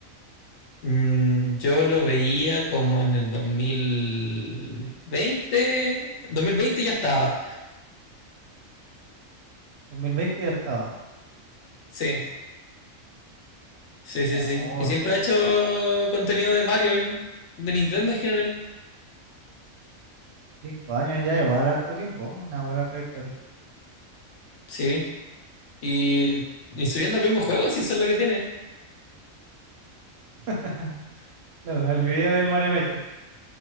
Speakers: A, on the left; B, on the right.
A: Mm, yo lo veía como en el 2020. 2020 ya estaba.
B: 2020 ya estaba.
A: Sí, sí,
B: Ya,
A: sí, sí.
B: hoy.
A: Y siempre ha hecho contenido de Mario, y de Nintendo en general.
B: cinco años ya, igual harto tiempo, ¿eh? una buena trayectoria.
A: Sí. Y, y subiendo el mismo juego, sí, eso es lo que tiene.
B: <laughs> Claro, el video del Mario Maker.